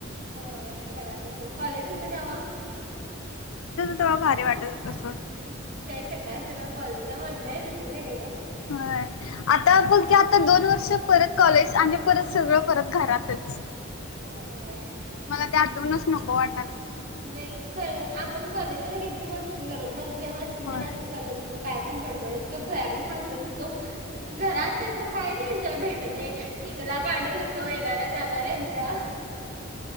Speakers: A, on the right; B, on the left.
A: होय घरात बसून कॉलेज होत तेव्हा
B: तवा भारी वाटत होतं. सोड
A: त्यावेळी सकाळ सकाळ कॉलेजला मजा इथं होती कणी गं?
B: ह् आता बघं की आता दोन वर्ष परत कॉलेज आणि परत सगळं परत घरातच <unintelligible>
A: होय
B: मला ते आठवूनच नको वाट
A: होय खरं आपण कॉलेजमध्ये किती मस्ती करत मज्जा मस्ती
B: होय
A: तेण असं करत होतो काय पण बडब, गडद खुळ्या गत हसत होतो. तसं घरात तस काहीच एन्जॉय भेटत नाही डिगला काढत होतो येणाऱ्या जाणाऱ्या यांच्या <unintelligible>